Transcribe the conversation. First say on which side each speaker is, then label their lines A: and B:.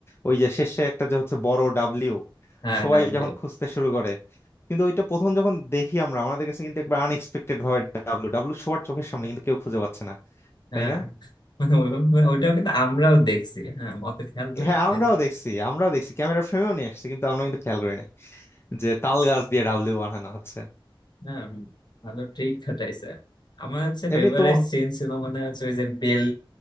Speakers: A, on the left; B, on the left.
A: ওই যে শেষে একটা যে হচ্ছে বড় ডাব্লিউ
B: হ্যাঁ
A: সবাই
B: ডাবলিউ
A: যখন খুঁজতে শুরু করে কিন্তু ওইটা প্রথম যখন দেখি আমরা আমাদের কাছে কিন্তু একবার আনএক্সপেক্টেড ভাবে ডাব্লু ডাব্লু সবার চোখের সামনে কিন্তু কেউ খুঁজে পাচ্ছে না
B: হ্যাঁ
A: তাই না
B: <laughs> মানে ওই- ওইটাও কিন্তু আমরাও দেখছি হ্যাঁ অত খেয়াল করি
A: হ্যাঁ
B: নি।
A: আমরাও
B: এই যে,
A: দেখছি আমরাও দেখছি ক্যামেরার ফ্রেমেও নিয়ে আসছে কিন্তু আমরা কিন্তু খেয়াল করি নাই যে তাল গাছ দিয়ে ডাবলু বানানো হচ্ছে
B: হ্যাঁ ভালো ট্রিক খাটাইছে আমার হচ্ছে
A: এমনি
B: ফেভারিট
A: তোমার
B: সিন ছিল মানে হচ্ছে ওই যে বেল